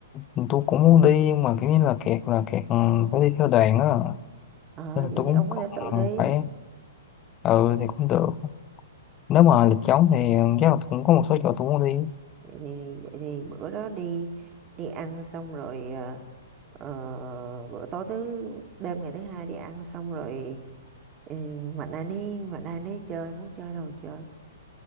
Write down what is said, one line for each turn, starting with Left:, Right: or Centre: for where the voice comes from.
Left: ừ, tôi cũng muốn đi nhưng mà kiểu như là kẹt là kẹt ừ, phải đi theo đoàn á
Right: ờ,
Left: nên là
Right: vậy
Left: tôi
Right: thì
Left: cũng
Right: ông có thể tự đi.
Left: ừ, phải ừ thì cũng được nếu mà lịch trống thì chắc là cũng có một số chỗ tôi muốn đi
Right: vậy thì vậy thì bữa đó đi đi ăn xong rồi à, ờ, bữa tối thứ đêm ngày thứ hai đi ăn xong rồi ừ, mạnh ai đi mạnh ai đi chơi muốn chơi đâu chơi